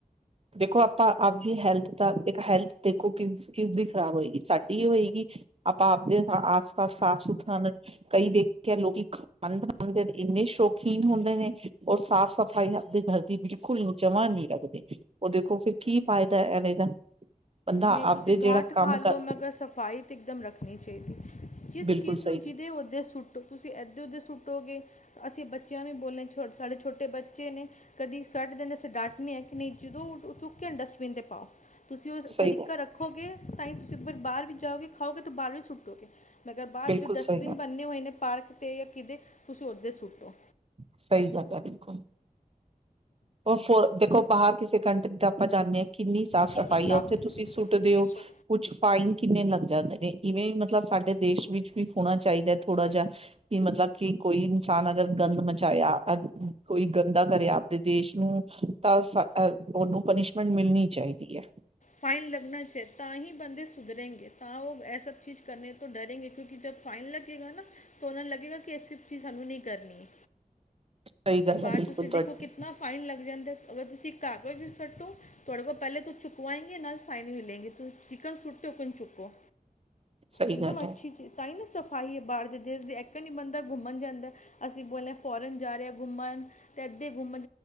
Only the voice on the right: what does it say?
ਦੇਖੋ ਆਪਾਂ ਆਪਦੀ ਹੈਲਥ ਤਾਂ ਇੱਕ ਹੈਲਥ ਦੇਖੋ ਕਿਸ ਕਿਸ ਖ਼ਰਾਬ ਹੋਏਗੀ ਸਾਡੀ ਇਹ ਹੋਏਗੀ ਆਪਾਂ ਆਪਦੇ ਆਸ ਪਾਸ ਸਾਫ਼ ਸੁਥਰਾ ਕਈ ਦੇਖੇ ਲੋਕੀ ਖਾਣ ਬ ਦੇ ਇੰਨੇ ਸ਼ੋਕੀਨ ਹੁੰਦੇ ਨੇ ਔਰ ਸਾਫ਼ ਸਫ਼ਾਈ ਆਪਦੇ ਘਰ ਦੀ ਬਿਲਕੁਲ ਜਮ੍ਹਾਂ ਨਹੀਂ ਰੱਖਦੇ ਉਹ ਦੇਖੋ ਫਿਰ ਕੀ ਫਾਇਦਾ ਇਹ ਦਾ ਬੰਦਾ
ਆਪਦੇ
ਜਿਹੜਾ
ਕੰਮ
ਕਰ
ਬਿਲਕੁਲ
ਸਹੀ
ਸਹੀ ਗੱਲ
ਬਿਲਕੁਲ
ਸਹੀ ਗੱਲ
ਸਹੀ ਗੱਲ ਹੈ ਬਿਲਕੁਲ। <unintelligible> ਦੇਖੋ ਬਾਹਰ ਕਿਸੇ ਕੰਟਰੀ ਦਾ ਆਪਾਂ ਜਾਣਾ ਹਾਂ ਕਿੰਨੀ ਸਾਫ਼।
ਸਫਾਈ
ਆ ਉੱਥੇ ਤੁਸੀਂ ਸੁੱਟਦੇ
ਹੋ
ਕੁੱਛ ਫਾਈਨ ਕਿੰਨੇ ਲੱਗ। <unintelligible> ਇਵੇਂ ਮਤਲਬ ਸਾਡੇ ਦੇਸ਼ ਵਿੱਚ ਵੀ ਹੋਣਾ ਚਾਹੀਦਾ ਥੋੜਾ ਜਿਹਾ ਕਿ ਮਤਲਬ ਕਿ ਕੋਈ ਇਨਸਾਨ ਅਗਰ ਗੰਦ ਮਚਾਇਆ ਕੋਈ ਗੰਦਾ ਕਰਿਆ ਆਪਦੇ ਦੇਸ਼ ਨੂੰ <unintelligible> ਉਹਨੂੰ ਪਨੀਸ਼ਮੈਂਟ ਮਿਲਣੀ ਚਾਹੀਦੀ ਐ।
ਸਹੀ ਗੱਲ
ਹੈ ਬਿਲਕੁਲ
ਤੁਹਾਡੀ
ਸਹੀ
ਗੱਲ
ਹੈ